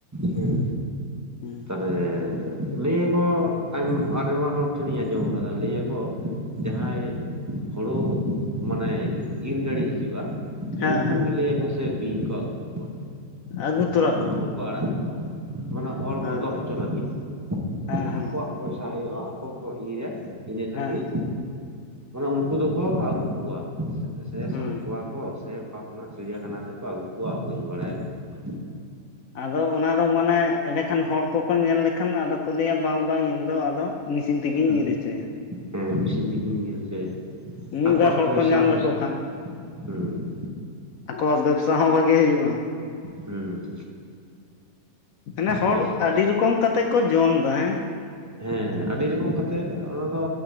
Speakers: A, on the right; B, on the left.
A: ᱦᱮᱸ
B: ᱦᱩᱸ
A: ᱛᱟᱦᱚᱞᱮ ᱞᱟᱹᱭ ᱟᱠᱚ ᱟᱭᱢᱟ ᱦᱚᱲ ᱴᱷᱮᱱᱤᱧ ᱟᱸᱡᱚᱢ ᱠᱟᱫᱟ ᱞᱟᱹᱭ ᱟᱠᱚ ᱡᱟᱦᱟᱸᱭ ᱦᱩᱲᱩ ᱢᱟᱱᱮ ᱤᱨ ᱜᱟᱹᱲᱤ ᱦᱤᱡᱩᱜᱼᱟ
B: ᱦᱮᱸ
A: ᱩᱱᱠᱩ
B: ᱦᱮᱸ
A: ᱜᱮ ᱞᱟᱹᱭᱟᱠᱚ ᱥᱮ ᱵᱤᱧ ᱠᱚ ᱟᱹᱜᱩ ᱠᱚᱣᱟ
B: ᱟᱹᱜᱩ ᱛᱚᱨᱟ
A: ᱟᱨ ᱩᱱᱠᱩ
B: ᱠᱚᱣᱟ
A: ᱦᱚᱸᱠᱚ ᱟᱲᱟᱜ ᱠᱚᱣᱟ ᱢᱟᱱᱮ ᱦᱚᱲ
B: ᱦᱮᱸ
A: ᱵᱚᱛᱚᱨ ᱦᱚᱪᱚ ᱞᱟᱹᱜᱤᱫ
B: ᱦᱮᱸ
A: ᱢᱟᱱᱮ
B: ᱦᱮᱸ
A: ᱟᱠᱚᱣᱟᱜ ᱯᱚᱭᱥᱟ ᱦᱩᱭᱩᱜᱼᱟ ᱟᱠᱚ ᱠᱚ ᱤᱨᱟ ᱤᱱᱟᱹ ᱠᱷᱟᱹᱛᱤᱨ
B: ᱦᱮᱸ
A: ᱢᱟᱱᱮ ᱩᱱᱠᱩ ᱫᱚᱠᱚ ᱟᱹᱜᱩ ᱠᱚᱣᱟ ᱥᱮ
B: ᱦᱩᱸ
A: ᱥᱟᱵ ᱠᱚᱣᱟ ᱠᱚ ᱥᱮ ᱚᱠᱟ ᱠᱷᱚᱱᱟᱜ ᱪᱤᱲᱤᱭᱟᱠᱷᱟᱱᱟ ᱥᱮᱫ ᱠᱚ ᱟᱹᱜᱩ ᱠᱚᱣᱟ ᱵᱟᱹᱧ ᱵᱟᱲᱟᱭᱟ ᱜᱚᱝᱠᱮ <inaudible>
B: ᱟᱫᱚ ᱚᱱᱟ ᱫᱚ ᱢᱟᱱᱮ ᱮᱸᱰᱮᱠᱷᱟᱱ ᱦᱚᱲ ᱠᱚᱠᱚ ᱧᱮᱞ ᱞᱮᱠᱷᱟᱱ ᱟᱫᱚ ᱠᱚ ᱞᱟᱹᱭᱟ ᱵᱟᱝ ᱵᱟᱝ ᱤᱧ ᱫᱚ ᱟᱫᱚ ᱢᱮᱥᱤᱱ ᱛᱮᱜᱮᱧ
A: ᱦᱩᱸ
B: ᱤᱨᱤᱪᱚᱭᱟ
A: ᱦᱮᱸ ᱢᱮᱥᱤᱱ ᱛᱮᱜᱤᱧ ᱤᱭᱟᱹ ᱦᱚᱪᱚᱭᱟ
B: ᱢᱤᱫ
A: ᱟᱠᱚᱣᱟᱜ
B: ᱵᱟᱨ ᱦᱚᱲ
A: ᱯᱚᱭᱥᱟ
B: ᱠᱚ ᱧᱟᱢ
A: ᱦᱩᱭᱩᱜ
B: ᱞᱮᱠᱚ ᱠᱷᱟᱱ
A: ᱦᱩᱸ᱾
B: ᱟᱠᱚᱣᱟᱜ ᱵᱮᱵᱽᱥᱟ ᱦᱚᱸ ᱵᱷᱟᱜᱤ ᱦᱩᱭᱩᱜ-ᱟ᱾
A: ᱦᱩᱸ᱾
B: ᱢᱟᱱᱮ ᱦᱚᱲ
A: ᱵᱩᱡᱽ ᱠᱮᱫᱟ
B: ᱟᱰᱤ ᱨᱚᱠᱚᱢ ᱠᱟᱛᱮᱜ ᱠᱚ ᱡᱚᱢ ᱫᱟ ᱦᱮᱸ᱾
A: ᱦᱮᱸ ᱟᱰᱤ ᱨᱚᱠᱚᱢ ᱠᱟᱛᱮᱜ ᱚᱱᱟ ᱫᱚ